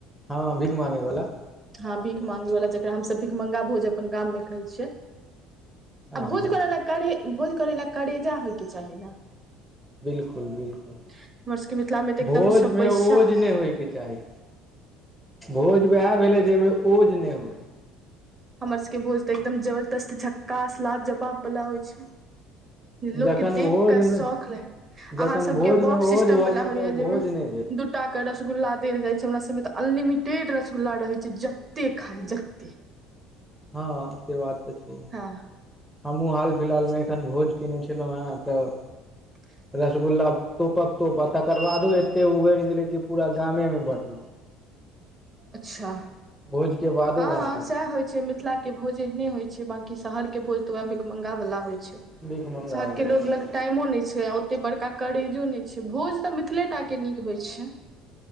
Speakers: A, in the centre; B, on the right.
A: हँ भीख माँंगे वाला
B: हँ भीख मांगे वाला जकरा हम भीख मांगा भोज अपन गाम मे कहै छियै
A: हँ
B: आ भोज
A: हँ
B: करै ल कारेजा भोज करै लए कारेजा होइके चाहि ने
A: बिल्कुल बिल्कुल
B: हमर सबके मिथिला मे तऽ
A: भोजमे
B: एकदम सबबैसा
A: ओज नहि होइके चाहि भोज उएह भेलै जाहिमे ओज नहि होइ
B: हमर सबके भोज तऽ एकदम जबरदस्त झक्कास लाजवाब वाला होइ छै लोक
A: जखन
B: के देख
A: भोजमे
B: के शौख ले
A: जखन
B: अहाँ सभके
A: भोजमे
B: बफ
A: ओज
B: सिस्टम
A: भऽ
B: वाला
A: गेल
B: होइया
A: तऽ ओ भोज
B: जाहिमे
A: नहि भेल
B: दू। सभटाके रसगुल्ला देल जाइ छै, हमरा सभमे तऽ अनलिमिटेड रसगुल्ला रहै छै, जते खाइ जते। <inaudible>
A: हँ, से बात तऽ छै।
B: हँ
A: हमहूँ हाल फिलहालमे एखन भोज कने छलहुँ हैं तऽ
B: फ
A: रसगुल्ला तोपक तोप आ तकर बादो एते उगड़ि गेलै कि पूरा गामे बँटल।
B: अच्छा,
A: भोज के बादो
B: हँ,
A: बाँटलहुँ
B: सएह होइ छै मिथिलाके। के भोज एहने होइ छै, बाकी शहरके भोज तऽ वेह भीखमंगा वाला होइ छै
A: भीख मंगाबैवला
B: शहरके लोग लग टाइमो नहि छै, आ ओतेक बड़का करेजो नहि छै, भोज तऽ मिथिलेटाके निक होइ छै।